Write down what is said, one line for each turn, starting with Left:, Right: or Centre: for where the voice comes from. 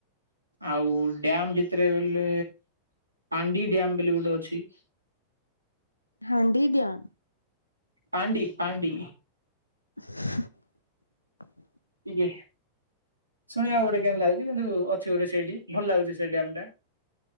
Right: ଆଉ ଡ୍ୟାମ ଭିତରେ ବଲେ ପାଣ୍ଡି ଡ୍ୟାମ ବୋଲି ଗୋଟେ ଅଛି।
Left: ହାଣ୍ଡି ଡ୍ୟାମ
Right: ପାଣ୍ଡି ପାଣ୍ଡି।
Left: <inaudible>
Right: ଆଜ୍ଞା ଶୁଣିବାକୁ ଗୋଟେ କେମିତି ଲାଗୁଛି କିନ୍ତୁ ଅଛି ଗୋଟେ ସେଇଠି ଭଲ ଲାଗୁଛି ସେ ଡ୍ୟାମ୍ ଟା।